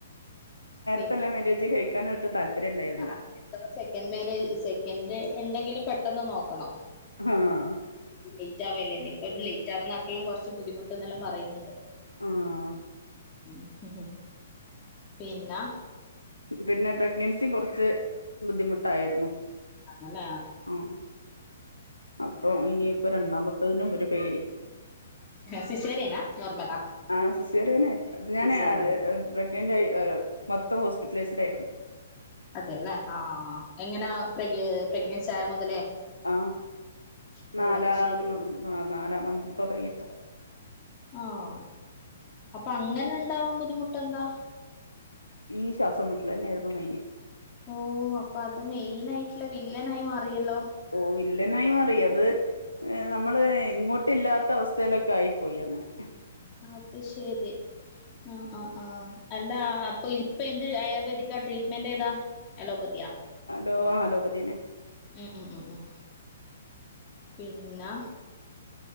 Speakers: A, on the left; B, on the left.
A: പിന്നെ
B: ഇപ്പെന്നെ മേരേജ് കഴിക്കാൻ ഒരു താല്പര്യണ്ടായിരുന്നില്ല.
A: ആ സെക്കൻഡ് മേര് സെക്കൻഡ് ഇണ്ടെങ്കില് പെട്ടെന്ന് നോക്കണം.
B: ഹാഹ്.
A: ലേറ്റ് ആവല്ലേന്ന്. ഇപ്പം ലേറ്റ് ആവുന്ന ആക്കെല്ലാം കുറച്ച് ബുദ്ധിമുട്ട്ന്നെല്ലാം പറയുന്നുണ്ട്.
B: ആഹ്.
A: ഉം ഉഹും. പിന്ന
B: പിന്നെ പ്രഗ്നൻസി കുറച്ച് ബുദ്ധിമുട്ടായിരുന്നു.
A: അല്ല
B: ആഹ് അപ്പം ഇനിയിപ്പ രണ്ടാമത്തതിനും ഒരു പേടി.
A: സിശേറിയനാ നോർമലാ?
B: ആഹ് സിസറേനായിരുന്നു ഞാന്
A: സിസേറിയൻ
B: പ്രഗ്നന്റ് ആയി ഏഹ് മൊത്തം ഹോസ്പിറ്റലൈസ്ഡ് ആയിരുന്നു.
A: അതെല്ലേ ആഹ് എങ്ങനാ പ്രെഗ് പ്രഗ്നൻസി ആയ മുതലേ.
B: ആഹ്
A: ഓ
B: നാലാ
A: അത് ശരി
B: നാലാം മന്ത് തൊടങ്ങീട്ട്
A: ആഹ് അപ്പ അങ്ങനെ ഇണ്ടാവാം ബുദ്ധിമുട്ടെന്താ
B: ഈ ശ്വാസം മുട്ടലന്നേയ്ന്നു മൈന്
A: ഓഹ് അപ്പ അത് മെയിൻ ആയിട്ടുള്ള വില്ലനായി മാറിയല്ലോ
B: ഓ വില്ലനായി മാറി അത് ഏ നമ്മള് ഇങ്ങോട്ട് ഇല്ലാത്ത അവസ്ഥയിലൊക്കെ ആയി പോയി അങ്ങനെ
A: അത് ശരി ആ ആ് ആഹ് അല്ല അപ്പൊ ഇപ്പെ എന്ത് ആയുർവേദിക്കാ ട്രീറ്റ്മെന്റ് ഏതാ എലോപതിയാ.
B: ഹലോ ആഹ് അലോപതീയന്നെ
A: ഉം ഉം ഉം ഉം പിന്നാ